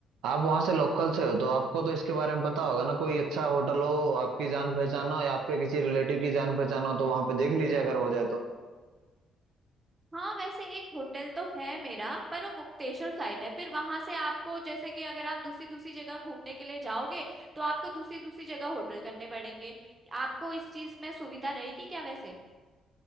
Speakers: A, on the right; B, on the right.
A: आप वहां से लोकल से हो तो आपको तो इसके बारे में पता होगा ना कोई अच्छा होटल हो आपकी जान पहचान हो या आपके किसी रिलेटिव की जान पहचान हो तो वहां पे देख लीजिए अगर हो जाए तो
B: हाँ वैसे एक होटल तो है मेरा पर वो मुक्तेश्वर साइड है फिर वहां से आपको जैसे कि अगर आप दूसरी दूसरी जगह घूमने के लिए जाओगे तो आपको दूसरी दूसरी जगह होटल करने पड़ेंगे आपको इस चीज में सुविधा रहेगी क्या वैसे